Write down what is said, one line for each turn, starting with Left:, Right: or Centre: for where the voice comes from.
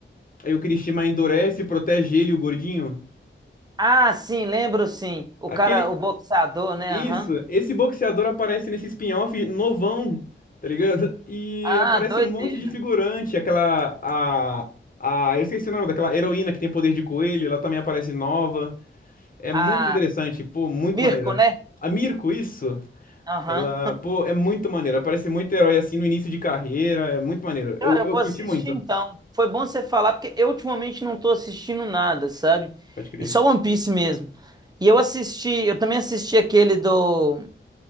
Left: Aí o Kirishima endurece, protege ele, o gordinho.
Right: Ah, sim, lembro sim. O
Left: Aquele.
Right: cara, o boxeador, né?
Left: Isso,
Right: Aham.
Left: esse boxeador aparece nesse spin-off novão, tá ligado? E
Right: Ah,
Left: aparece
Right: doideira.
Left: um monte de figurante. Aquela. A. A. Eu esqueci o nome daquela heroína que tem poder de coelho, ela também aparece nova. É
Right: Ah,
Left: muito interessante, pô, muito
Right: Mirko,
Left: maneira.
Right: né?
Left: A Mirko, isso?
Right: Aham.
Left: Ela, pô, é muito maneira. Ela parece muito herói assim no início de carreira. É muito maneiro.
Right: Cara,
Left: Eu,
Right: eu
Left: eu
Right: vou
Left: curti
Right: assistir
Left: muito.
Right: então. Foi bom você falar, porque eu ultimamente não tô assistindo nada, sabe?
Left: Pode crer.
Right: E só One Piece mesmo. E eu assisti, eu também assisti aquele do.